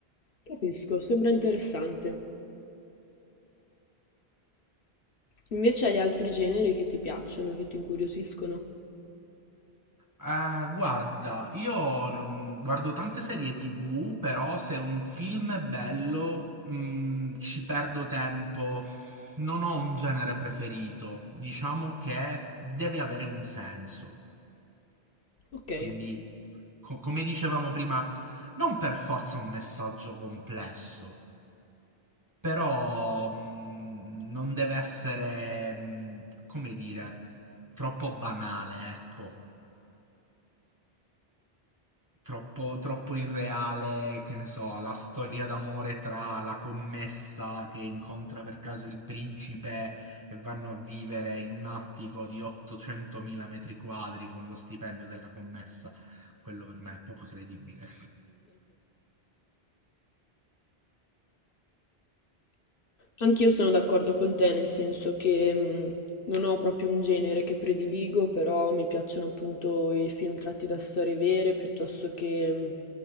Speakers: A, on the left; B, on the right.
A: Capisco, sembra interessante. Invece hai altri generi che ti piacciono, che ti incuriosiscono?
B: Eh, guarda, io non- guardo tante serie TV, però se un film è bello, mm, ci perdo tempo. Non ho un genere preferito. Diciamo che deve avere un senso.
A: Ok.
B: Quindi, co- come dicevamo prima, non per forza un messaggio complesso, però mh, non deve essere, mh, come dire, troppo banale, ecco. Troppo, troppo irreale, che ne so, la storia d'amore tra la commessa che incontra per caso il principe e vanno a vivere in un attico di 800.000 metri quadri con lo stipendio della commessa. Quello per me è poco credibile.
A: Anch'io sono d'accordo con te, nel senso che mh, non ho proprio un genere che prediligo, però mi piacciono appunto i film tratti da storie vere, piuttosto che mh,